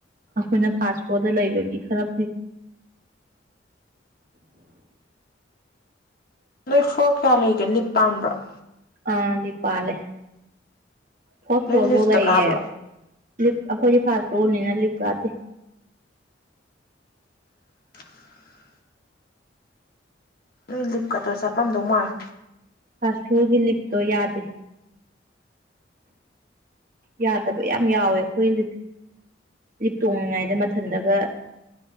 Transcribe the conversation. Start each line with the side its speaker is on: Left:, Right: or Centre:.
Right: ꯑꯩꯈꯣꯏꯅ ꯐꯥꯁ ꯐ꯭ꯂꯣꯔꯗ ꯂꯩꯕꯒꯤ ꯈꯔ ꯐꯩ
Left: ꯅꯣꯏ ꯐꯂꯣꯔ ꯀꯌꯥ ꯂꯩꯒꯦ ꯂꯤꯞ ꯄꯥꯟꯕꯔꯣ
Right: ꯑꯥ ꯂꯤꯞ ꯄꯥꯜꯂꯦ ꯐꯣꯔꯠ
Left: ꯅꯣꯏ
Right: ꯐꯂꯣꯔꯐꯧ
Left: ꯂꯤꯐꯇ
Right: ꯂꯩꯥꯌꯦ
Left: ꯀꯥꯕ꯭ꯔꯣ
Right: ꯂꯤꯞ ꯑꯩꯈꯣꯏꯗꯤ ꯐꯥꯁ ꯔꯣꯅꯤꯅ ꯂꯤꯞ ꯀꯥꯗꯦ
Left: <unintelligible> ꯅꯣꯏ ꯂꯤꯞ ꯀꯗꯣ ꯆꯞꯄꯝ ꯗꯧ ꯃꯥꯜꯂꯦ
Right: ꯐꯥꯁ ꯐꯣꯔꯒꯤ ꯂꯤꯞꯇꯣ ꯌꯥꯗꯦ ꯌꯥꯗꯕ ꯌꯥꯝ ꯌꯥꯎꯋꯦ ꯑꯩꯈꯣꯏ ꯂꯤꯞ ꯇꯣꯡꯂꯤꯉꯥꯏꯗ ꯃꯊꯟꯗꯒ